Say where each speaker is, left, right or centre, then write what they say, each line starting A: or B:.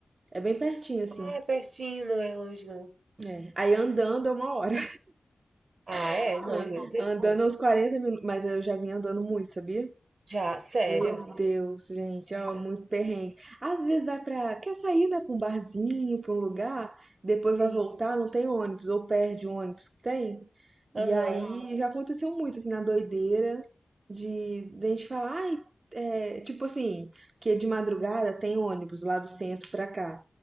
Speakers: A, on the right; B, on the right.
A: É bem pertinho, assim.
B: Ah, é pertinho, não é longe, não.
A: É. Aí andando é uma hora.
B: Ah,
A: <laughs>
B: é? Não, meu Deus,
A: Andando
B: né?
A: é uns 40 minutos, mas eu já vim andando muito, sabia?
B: Já, sério.
A: Meu Deus, gente, ó, muito perrengue. Às vezes vai pra. Quer sair, né, pra um barzinho, pra um lugar, depois
B: Sim.
A: vai voltar, não tem ônibus, ou perde o ônibus que tem. E
B: Aham.
A: aí já aconteceu muito, assim, na doideira, de, de a gente falar, ai, é, tipo assim, que de madrugada tem ônibus lá do centro pra cá.